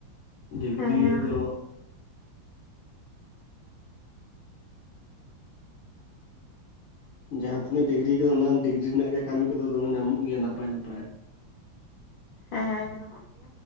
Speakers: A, on the left (about 90°); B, on the left (about 75°).
A: ᱰᱤᱜᱽᱨᱤ
B: ᱦᱮᱸ
A: ᱫᱚ ᱡᱟᱦᱟᱸ ᱛᱤᱱᱟᱹᱜ ᱰᱤᱜᱽᱨᱤ ᱠᱟᱫᱟᱢ ᱚᱱᱟ ᱰᱤᱜᱽᱨᱤ ᱨᱮᱱᱟᱜ ᱜᱮ ᱠᱟᱹᱢᱤ ᱠᱚᱫᱚ ᱫᱚᱢᱮ ᱧᱟᱢᱚᱜ ᱜᱮᱭᱟ ᱱᱟᱯᱟᱭ ᱱᱟᱯᱟᱭᱟᱜ᱾
B: ᱦᱮᱸ ᱧᱟᱢᱚᱜ ᱜᱮᱭᱟ